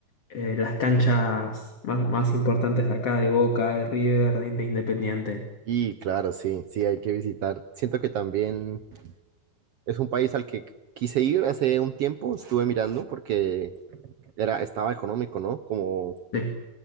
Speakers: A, on the left (about 50°); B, on the right (about 65°).
A: eh, las canchas más, más importantes de acá, de Boca, de River, de, de Independiente.
B: Y claro, sí, sí, hay que visitar. Siento que también es un país al que quise ir hace un tiempo, estuve mirando porque era, estaba económico, ¿no? Como,
A: Sí,